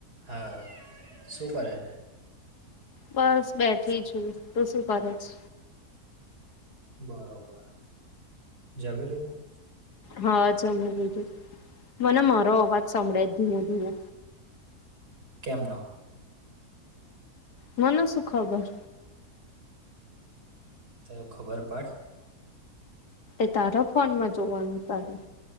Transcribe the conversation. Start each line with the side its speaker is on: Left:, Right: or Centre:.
Right: હા શું કરે છે?
Left: બસ બેઠી છું તુ શું કરે છે?
Right: બરોબર જમી લીધું?
Left: હા જમી લીધું મને મારો અવાજ સંભળાય ધીમો ધીમો
Right: કેમન
Left: મને સું ખબર.
Right: તો ખબર પાડ.
Left: એ તારા ફોનમાં જોવાનું તારે